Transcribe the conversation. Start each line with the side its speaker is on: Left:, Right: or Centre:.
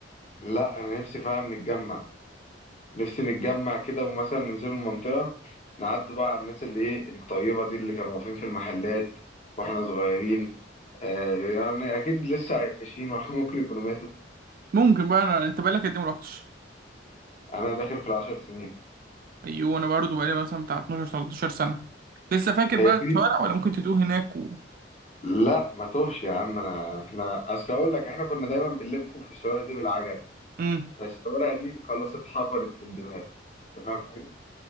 Left: لا أنا نفسي فعلا نتجمع نفسي نتجمع كده ومثلا ننزل المنطقة نعدوا بقى على الناس اللي إيه الطيبة دي اللي كانوا واقفين في المحلات واحنا صغيرين آه يعني اكيد لسه عايشين ولا <laughs> ممكن يكونوا ماتوا
Right: ممكن بقى أنا... انت بقالك قد ايه ما رحتش
Left: انا داخل في العشر سنين
Right: ايوه انا برضه بقالي مثلا بتاع 12 13 سنه لسه فاكر
Left: هي
Right: بقى الشوارع
Left: دي
Right: ولا ممكن تتوه هناك و...
Left: لا ما توهش يا عم انا احنا اصل اقول لك احنا كنا دايما بنلف في الشوارع دي بالعجل
Right: امم
Left: فالشوارع دي خلاص اتحفرت في الدماغ انت فاهم حاجه؟